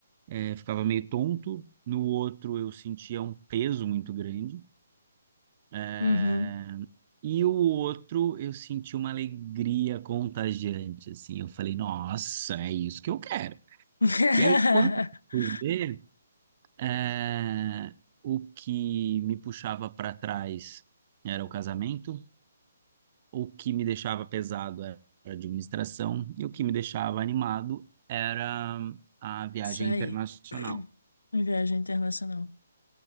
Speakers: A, on the right (about 40°); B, on the left (about 75°).
A: eh, ficava meio tonto. No outro eu sentia um peso muito grande. eh,
B: uhum.
A: E o outro eu senti uma alegria contagiante, assim. Eu falei, nossa, é isso que eu quero.
B: <laughs>
A: E aí, quando eu fui ver, eh, o que me puxava para trás era o casamento, o que me deixava pesado era a administração, e o que me deixava animado era a viagem
B: Isso aí.
A: internacional.
B: Viagem internacional.